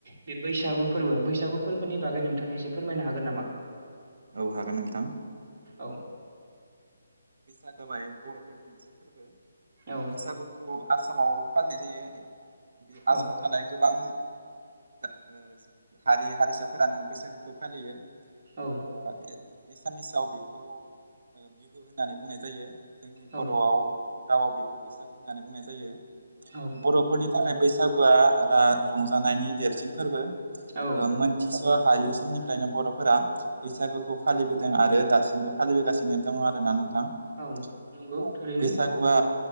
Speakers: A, on the right (about 30°); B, on the right (about 65°).
A: बे बैसागु फोरबो बैसागु फोरबोनि बागै नों थाङा एसे फोरमायनो हागोन नामा?
B: औ हागोन नोंथां
A: औ
B: बैसागो माने बर'फोरनि मोनसे फोरबो
A: औ
B: बैसागुखौ आसामाव फालिनाय जायो बे आसामाव
A: औ
B: थानाय गोबां <inaudible> हारि हारिसाफोरानो बैसागुखौ फालियो।
A: औ
B: <inaudible> एसामिसाव बेखौ ओ बिहु होननानै बुंनाय जायो जोंनि
A: औ
B: बर'आव रावाव बेखौ बैसागु होननानै बुंनाय जायो।
A: औ
B: बर'फोरनि थाखाय बै सागुआ आ रंजानायनि देरसिन फोरबो
A: औ
B: मोनथिस' हायै समनिफ्रायनो बर' बैसागुखौ फालिबोदों आरो दासिमबो फालिबोगासिनो दं ना नोंथां।
A: औ
B: <inaudible>
A: नंगौ थारैनो
B: बैसागुआ